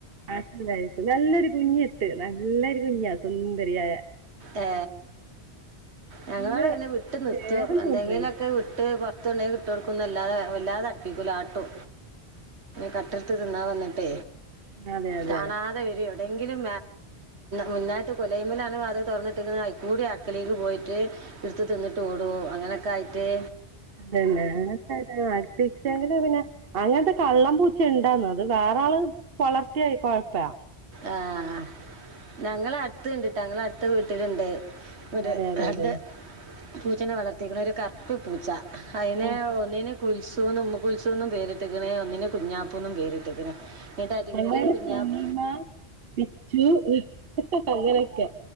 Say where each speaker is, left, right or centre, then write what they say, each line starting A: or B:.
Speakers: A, on the right; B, on the right.
A: ആ നല്ലൊരു കുഞ്ഞിട്ട് നല്ലരു കുഞ്ഞാ സ്വന്ത ശരിയ
B: ഏ ഞങ്ങളോടെ
A: നല്ല
B: പിന്നെ വിട്ട്
A: സ്നേഹം
B: നിത്തോ എന്തെങ്കിലുമൊക്കെ
A: തോന്നുന്നതിന്
B: വിട്ട്റ ഇത്തണിട്ടുക കൊടുക്കുന്ന അല്ലതെ വല്ലതെ അടുപ്പിക്കൂ കേട്ടോ കട്ടടുത്ത് തിന്നാ വന്നി പ
A: അതെ അതെ
B: കാണാതെ വരോ എന്തെങ്കിലും മുന്നായിട്ട് കൊലയ്മലണ അത് തുറന്നിട്ട് കൂടി അടുക്കലേക്ക് പോയിട്ട് പിടടുത്ത് തിന്നട്ട് ഓടോ അങ്ങനെ കായിത്തെ
A: അ അടുപ്പിച്ചെങ്ക പിന്നെ അങ്ങനത്തെ കള്ളം പൂച്ച <unintelligible> അത് വേറാള് വളർത്തിയാ കൊഴപ്പാ
B: ആഹ് ആഹ് ഞങ്ങളെ അടുത്ത് കണ്ടിട്ടാ ഞങ്ങള അടുത്ത വീട്ടിലുണ്ട് ഒരു
A: അതെ അതെ
B: രണ്ട്
A: അതെ
B: പൂച്ചനെ വളർത്തിക്കണ് ഒരു കറുപ്പ് പൂച്ച അയിനെ
A: ഓ
B: ഒന്നിന് കുത്സൂന്ന് ഉമ്മു കുത്സൂന്നും പേരിട്ടക്കണ് ഒന്നിനെ കുഞ്ഞാപ്പൂന്നും പേരിട്ട്ക്ക്ണ് ഇന്നട്ട് അത്
A: ഞങ്ങളെ
B: ഒരു കുഞ്ഞാപ്
A: ചൊല്ലിമ്മ പിച്ചു അങ്ങനെയൊക്കെ